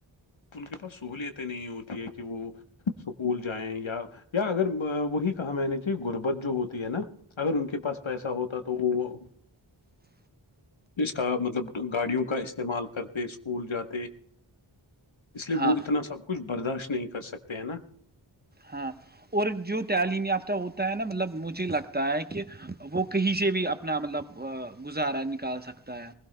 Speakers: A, on the left; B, on the right.
A: ان کے پاس سہولیتیں نہیں ہوتی ہے کہ وہ سکول جائیں یا یا اگر وہی کہا میں نے کہ غربت جو ہوتی ہے نا اگر ان کے پاس پیسہ ہوتا تو وہ
B: جی <inaudible>
A: اس کا مطلب گاڑیوں کا استعمال کرتے اسکول جاتے اس لیے
B: ہاں
A: وہ اتنا سب کچھ برداشت نہیں کر سکتے ہیں نا
B: ہاں اور جو تعلیم یافتہ ہوتا ہے نا مطلب مجھے لگتا ہے کہ وہ کہیں سے بھی اپنا مطلب گزارا نکال سکتا ہے